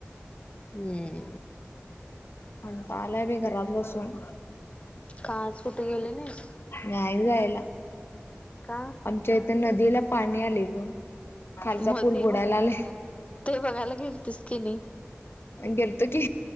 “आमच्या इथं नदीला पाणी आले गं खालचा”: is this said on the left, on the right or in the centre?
Left